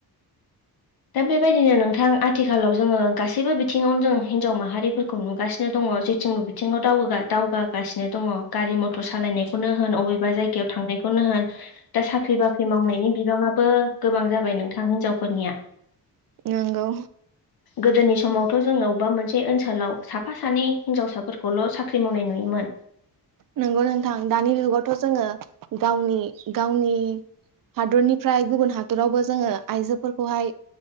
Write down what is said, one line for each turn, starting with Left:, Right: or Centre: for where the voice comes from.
Left: दा बेबायदिनो नोंथां आथिखालाव जोङो गासैबो बिथिङावनो जों हिनजाव माहारिफोरखौ नुगासिनो दं ङ। जेथिंबो बिथिङाव दावगोगा दावगागासिनो दङ। गारि मथ थर सालायनायखौनो होन अबेबा जायगायाव थांनायखौनो होन। दा साख्रि बाख मावनायनि बिबाङाबो गोबां जाबाय नोंथां हिनजावफोरनिया।
Right: नंगौ
Left: गोदोनि समावथ' जोंनाव बा मोनसे बे ओनसोलाव साफा सानै हिनजावसाफोरखौल' साख्रि मावनाय नुयोमोन।
Right: नंगौ नोंथां दानि जुगावथ' जोङो गावनि गावनि हादरनिफ्राय गुबुन हादरावबो जोङो आइजोफोरखौहाय